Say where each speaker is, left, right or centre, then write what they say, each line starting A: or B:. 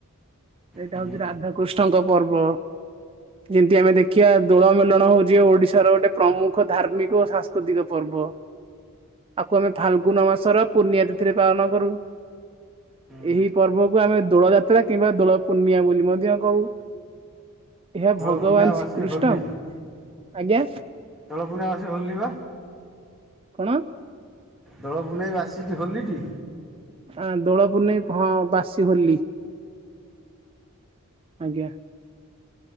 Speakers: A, on the right (about 25°); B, in the centre.
A: ଏଇଟା
B: ହୁଁ
A: ହଉଛି ରାଧାକୃଷ୍ଣଙ୍କ ପର୍ବ ଯେମିତି ଆମେ ଦେଖିବା ଦୋଳମେଳଣ ହଉଛି ଓଡିଶାର ଗୋଟେ ପ୍ରମୁଖ ଧାର୍ମିକ ଓ ସାଂସ୍କୃତିକ ପର୍ବ ଆକୁ ଆମେ ଫାଲଗୁନ ମାସର ପୂର୍ଣ୍ଣିଆ ତିଥିରେ ପାଳନ କରୁ
B: ହୁଁ
A: ଏହି ପର୍ବକୁ ଆମେ ଦୋଳ ଯାତ୍ରା କିମ୍ବା ଦୋଳ ପୂର୍ଣ୍ଣିମା ବୋଲି ମଧ୍ୟ କହୁ ଏହା
B: ଦୋଳ
A: ଭଗବାନ
B: ପୂର୍ଣ୍ଣିମା ବାସି
A: ଶ୍ରୀକୃଷ୍ଣ
B: ହୋଲି
A: ଆଜ୍ଞା
B: ଦୋଳ ପୂର୍ଣ୍ଣିମା ବାସି ଦିନ ହୋଲି ପା
A: କଣ
B: ଦୋଳ ପୁନେଇ ବାସିଟି ହୋଲିଟି
A: ଆ ଦୋଳପୁନେଇ ହଁ ବାସି ହୋଲି ଆଜ୍ଞା